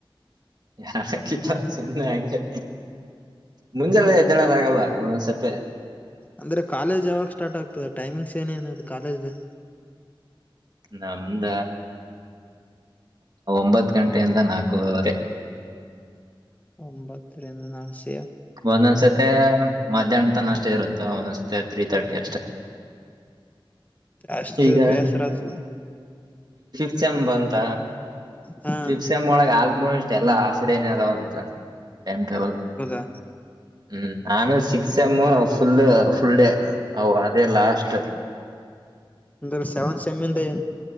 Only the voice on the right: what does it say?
ಯ ಕತ ಸನ್ನ ಆ ಮುಂಜೆಲ್ಲೆ ಎದ್ದಡದ ಆಗಲ್ಲ ಒಸತ್ತ
ನಮ್ದ ಒಂಬತ್ ಗಂಟೆಯಿಂದ ನಾಲ್ಕೂವರೆ
ಒಂದೊಂದ್ಸತಿ ಮಧ್ಯಾಹ್ನ ತನ ಅಷ್ಟೇ ಇರುತ್ತ ಒಂದೊಂದ್ಸತೆ ತ್ರೀ ತರ್ಟಿ ಅಷ್ಟೇ
ಈಗ
ಪ್ಸೆಮ್ ಬಂತ
ಪ್ಸೆಮ್ ಒಳಗ ನ ಇಷ್ಟ ಎಲ್ಲ ಹಾಫ್ ಡೇನ ಅದ ಅಂತ ಟೈಮ್ ಟೇಬಲ್
ಹ್ಮ್ ಆಮೇಲೆ six M full full day ಅ ಅದೇ ಲಾಸ್ಟ್